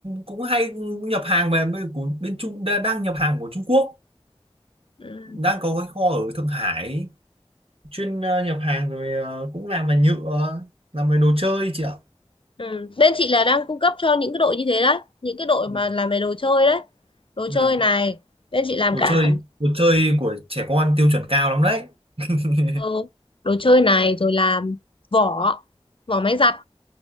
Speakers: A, on the right; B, on the left.
A: cũng hay nhập hàng về bên- của bên Trung đa- đang nhập hàng của Trung Quốc
B: ừ.
A: đang có cái kho ở Thượng Hải chuyên ờ, nhập hàng rồi ờ, cũng làm về nhựa làm về đồ chơi chị ạ
B: Ừ. bên chị là đang cung cấp cho những cái đội như thế đấy những cái đội
A: Dạ.
B: mà làm về đồ chơi đấy đồ
A: Dạ.
B: chơi này bên chị làm
A: đồ
B: cả
A: chơi
B: cần
A: đồ chơi của trẻ con tiêu chuẩn cao lắm đấy <laughs>
B: thơ đồ chơi này rồi làm vỏ vỏ máy giặt